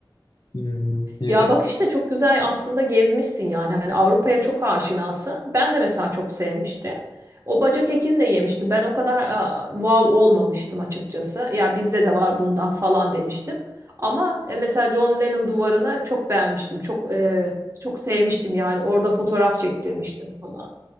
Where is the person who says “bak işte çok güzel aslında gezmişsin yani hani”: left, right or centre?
Right